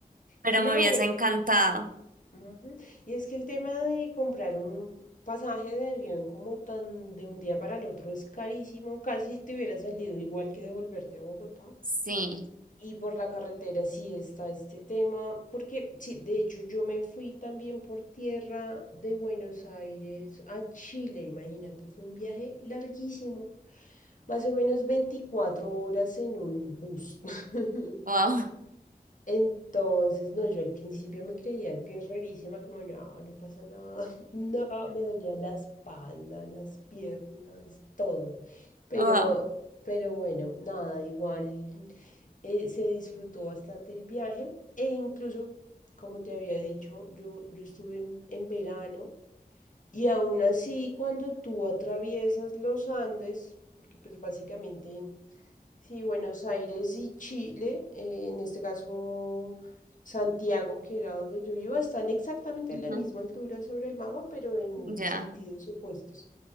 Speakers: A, on the right; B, on the left.
A: pero
B: Claro,
A: me hubiese encantado.
B: Ujú. Y es que el tema de comprar un pasaje de avión como tan de un día para el otro es carísimo, casi te hubiera salido igual que devolverte a Bogotá.
A: Sí,
B: Y por la carretera sí está este tema, porque sí, de hecho yo me fui también por tierra de Buenos Aires a Chile, imagínate, fue un viaje larguísimo, más o menos 24 horas en un bus. <laughs>
A: wow,
B: Entonces, no, yo al principio me creía guerrerísima, como no, no pasa nada, <laughs> no, me dolía la espalda, las piernas, todo. Pero,
A: wow,
B: pero bueno, nada, igual eh, se disfrutó bastante el viaje e incluso, como te había dicho, yo, yo estuve en, en verano y aún así cuando tú atraviesas los Andes, porque pues básicamente Sí, Buenos Aires y Chile, eh, en este caso Santiago, que era donde yo iba, están exactamente
A: ujú,
B: a la misma altura sobre el mapa, pero en
A: ya.
B: sentidos opuestos.